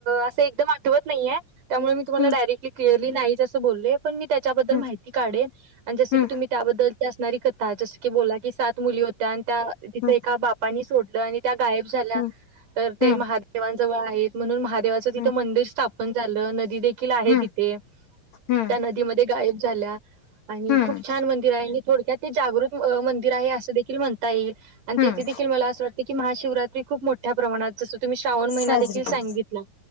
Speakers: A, on the right; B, on the left.
A: असं एकदम आठवत नाही त्यामुळे मी तुम्हाला
B: हम्म
A: तुम्हालाडायरे क्लियर मी नाहीच असे बोलले पण मी त्याच्याबद्दल
B: हम्म
A: माहिती काढेल आणि जसं
B: हम्म
A: की, तुम्ही त्याबद्दल. असणारी कथा जस की बोला. की सात मुली होत्या, आणि त्या तिथं
B: हम्म
A: एका बापानी सोडलं आणि त्या गायब झाल्या.
B: हम्म
A: तर ते
B: हम्म
A: महादेवांजवळ आहेत म्हणून म देवाचं
B: हम्म
A: तिथं मंदिर स्थापन झालं नदी देखील आहे
B: हम्म
A: तिथे.
B: हम्म हम्म
A: त्या नदीमध्ये गायब झाल्या आणि
B: हम्म
A: खूप छान मंदिर आहे, आणि थोडक्यात. ते जागृत मंदिर आहे, असं देखील म्हणता येईल. आणि
B: हम्म
A: तिथे देखील मला असं वाटते की, महाशिवरात्री खूप मोठ्या प्रमाणात जस. तुम्ही श्रावण महि
B: साजरी
A: दे सांगितला
B: केली